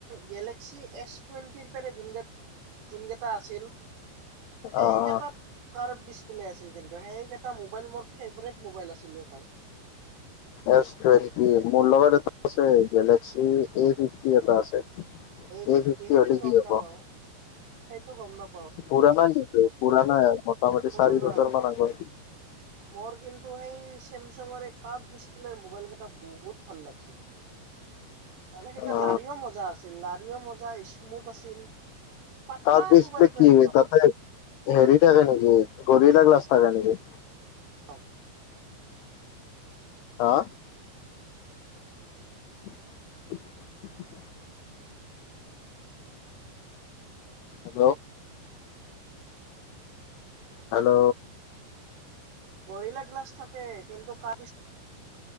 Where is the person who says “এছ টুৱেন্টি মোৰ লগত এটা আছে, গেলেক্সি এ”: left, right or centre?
Left